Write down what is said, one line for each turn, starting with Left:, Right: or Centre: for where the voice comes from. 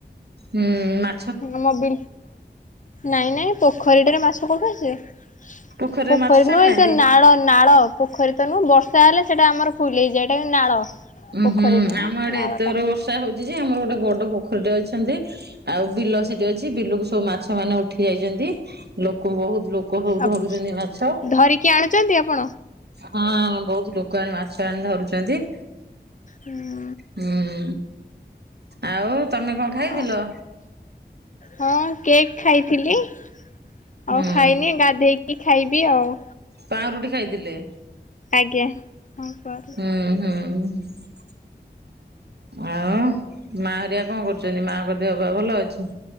Right: ହୁଁ ମା
Left: ଆମ ବିନ୍ ନାଇଁ ନାଇଁ ପୋଖରୀଟାରେ ମାଛ କୋଠୁ ଆସିବେ।
Right: ପୋଖରୀରେ
Left: ପୋଖରୀ
Right: ମାଛ ଛାଡି
Left: ନୁହେଁ
Right: ନାହାନ୍ତି?
Left: ଏତ ନାଳ ନାଳ। ପୋଖରୀ ତୁହଁ ବର୍ଷା ହେଲେ ସେଇଟା ଆମର ଫୁଲ ହେଇଯା ଏଇଟା କି ନାଳ।
Right: ଉୁଁ
Left: ପୋଖରୀ
Right: ହୁଁ
Left: ନୁହଁ
Right: ଆମ ଆଡେ
Left: ନାଳଟା
Right: ଏତେ ବର ବର୍ଷା ହଉଚଛି ଯେ ଆମର ଗୋଟେ ବଡ ପୋଖରୀଟରେ ଅଛନ୍ତି। ଆଉ ବିଲ ସେଠି ଅଛି ବିଲକୁ ସବୁ ମାଛ ମାନେ ଉଠି ଯାଇଛନ୍ତି ଲୋକ ବହୁତ ଲୋକ। ସବୁ
Left: ଆ
Right: ଧରୁଛନ୍ତି ମାଛ।
Left: ଧରିକି ଆଣୁଛନ୍ତି ଆପଣ
Right: ହଁ ବହୁତ ଲୋକ ଆଣି ମାଛ ଆଣି ଧରୁଛନ୍ତି।
Left: ହୁଁ
Right: ହୁଁ ଆଉ ତମେ କଣ ଖାଇଥିଲ?
Left: ହଁ ହଁ କେକ୍ ଖାଇଥିଲି ଆଉ
Right: ହୁଁ
Left: ଖାଇନି ଗାଧେଇକି। ଖାଇବି ଆଉ
Right: ପାଁଉରୁଟି ଖାଇଥିଲେ
Left: ଆଜ୍ଞା ହଁ କର
Right: ହୁଁ ହୁଁ ଆଉ ମା ହରିଆ କଣ କରୁଛନ୍ତି ମାଙ୍କ ଦେହ ବା ଭଲ ଅଛି।